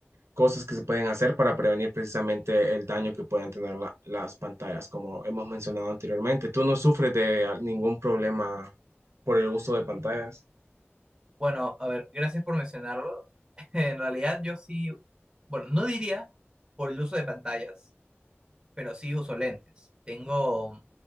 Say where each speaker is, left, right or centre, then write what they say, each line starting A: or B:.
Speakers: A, on the right; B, on the right.
A: cosas que se pueden hacer para prevenir precisamente el daño que puedan tener la- las pantallas, como hemos mencionado anteriormente. ¿Tú no sufres de ah, ningún problema por el uso de pantallas?
B: Bueno, a ver, gracias por mencionarlo. <laughs> En realidad yo sí, bueno, no diría por el uso de pantallas, pero sí uso lentes. Tengo